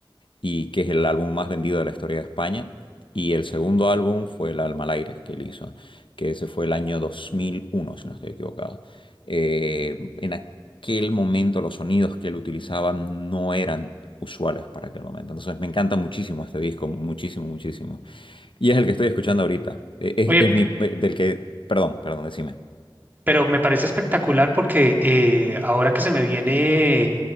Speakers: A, on the left; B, on the right.
A: y que es el álbum más vendido de la historia de España. Y el segundo álbum fue El Alma al aire que él hizo, que ese fue el año 2001, si no estoy equivocado. Eh, en aquel momento los sonidos que él utilizaba no eran usuales para aquel momento. Entonces me encanta muchísimo este disco, muchísimo, muchísimo. Y es el que estoy escuchando ahorita. Eh, Es,
B: Oye,
A: es mi, eh, del que, perdón, perdón, decime.
B: pero me parece espectacular porque eh, ahora que se me viene,